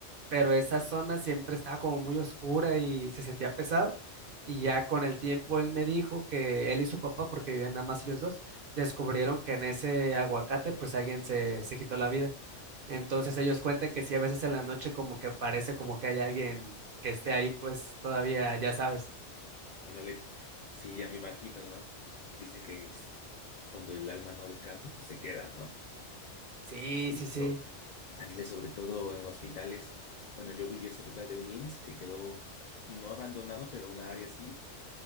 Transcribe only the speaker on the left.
Ándale. Sí, ya me imagino, ¿no? Dicen que es cuando el alma no descansa, pues se queda, ¿no?
Sí,
so,
ándale, sobre todo en hospitales. Bueno, yo vivía cerca de un IMSS que quedó no abandonado, pero una área sí.